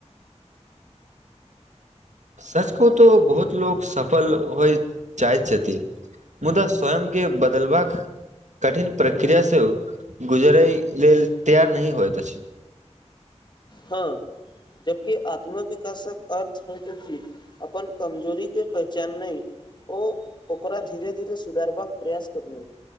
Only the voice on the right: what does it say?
<inaudible> सच कहु तो बहुत लोग सफल होइत चाहै छथिन मुदा स्वयं के बदलबाक कठिन प्रक्रिया से उ गुजरै लेल तैयार नहि होइत अछि